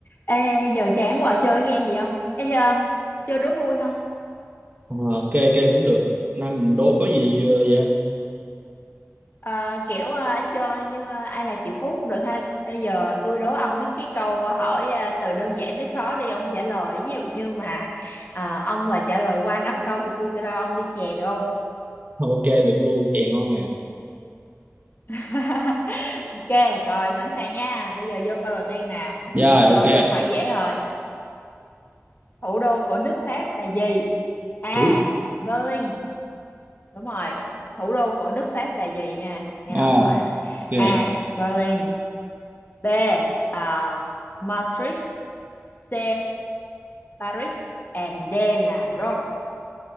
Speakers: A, on the left (about 40°); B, on the right (about 35°).
A: Ê, giờ chán quá chơi cái game gì không? Ê, um, chơi đố vui không?
B: Ờ, ok ok cũng được nay mình đố có gì ờ, vậy
A: Ờ, kiểu ờ, chơi như ờ, ai là chị Phú cũng được ha. Bây giờ tôi đố ông mấy cái câu hỏi ờ, từ đơn giản tới khó đi ông trả lời. Ví dụ như mà ờ, ông mà trả lời qua 5 câu thì tôi sẽ bao ông ly chè được không?
B: ok được luôn chè ngon nè
A: <laughs> Ok, rồi sẵn sàng nha. Bây giờ vô câu đầu tiên nè.
B: Rồi
A: Một
B: ok.
A: câu hỏi dễ thôi. Thủ đô của nước Pháp là gì? A.
B: Thủ
A: Berlin Đúng rồi. Thủ đô của nước Pháp là gì nha? Nghe
B: Ờ,
A: rõ câu hỏi á.
B: ok.
A: A. Berlin. B. à, Madrid. C. Paris. And D là Rome.